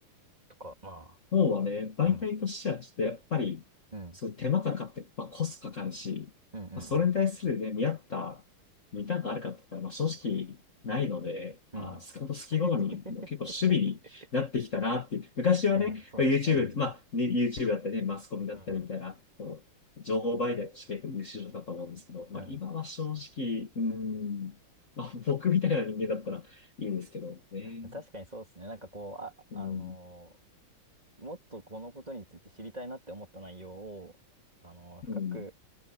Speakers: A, on the right (about 20°); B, on the left (about 40°).
A: とか、まあ
B: もうはね、媒体としてはちょっとやっぱり、
A: うん、うん、
B: そういう手間かかって、まあ、コストかかるし、
A: うん、うん、
B: まあ、それに対するね、見合った、見たくあるかって言ったら、まあ、正直ないので、
A: うん。
B: あー、
A: うん。
B: スカウト好き好みも結構趣味になってきたなっていう。
A: <laughs>
B: 昔はね、
A: いや、そうですね。
B: まあ YouTube、
A: うん、
B: まあ、ね、YouTube だったりね、マスコミだったりみたいな、
A: うん。
B: こう情報媒体として結構優秀だったと思うんですけど、まあ、
A: うん、
B: 今は正直、
A: う
B: うーん、まあ、僕みたいな人間だったらいいんですけどね。
A: ん。確かにそうですね。なんかこう、あ、
B: うん、
A: あのーもっとこのことについて知りたいなって思った内容を、あのー深く
B: うん、